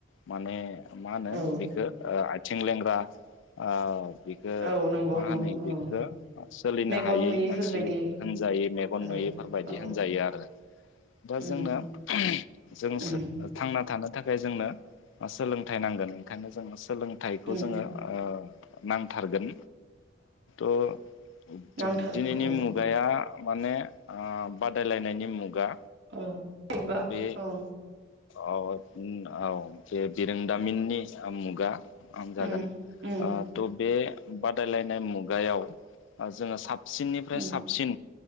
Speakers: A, on the left (about 75°); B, on the right (about 60°).
A: माने मा होनो
B: औ
A: बिखौ ओ थिं लेंग्रा ओ बेखौ
B: औ नंगौ
A: मा
B: नंगौ
A: होनो बेखौ
B: औ
A: सोलिनो
B: मेगन
A: हायै
B: नुयैफोरबायदि
A: मानसि होनजायै मेगन
B: औ
A: नुयै बायदि
B: औ
A: होनायो आरो दा
B: उम
A: जोंनो जों
B: उम
A: थानो थाखाय जोंनो सोलोंथ नांगोन ओंखायनो जों सोलोंथाइखौ
B: उम
A: जोङो ओ नांथारगोन ओ थ'
B: नांथारगौ
A: दिनैनि
B: औ
A: मुगाया माने ओ बादायलायनायनि मुगा
B: <unintelligible>
A: बे
B: औ
A: औ-औ बे बिरोंदामिननि मुगा आं जागोन।
B: उम उम
A: ओ थ' बे बादायलायनाय बे मुगायाव जों साब सिननिफ्राय
B: उम
A: साबसिन